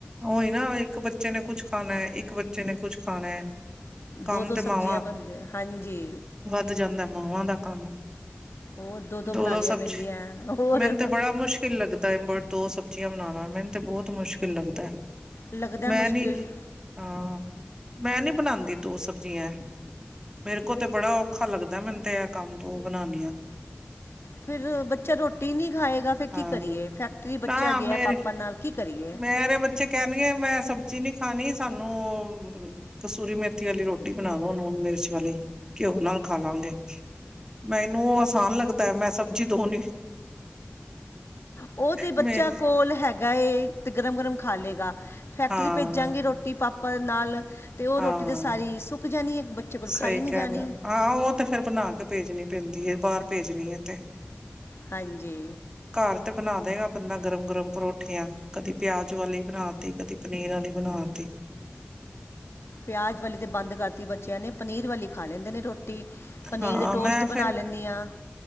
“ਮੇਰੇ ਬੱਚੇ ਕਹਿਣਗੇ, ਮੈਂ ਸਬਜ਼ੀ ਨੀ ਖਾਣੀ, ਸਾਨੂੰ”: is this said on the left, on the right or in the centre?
Right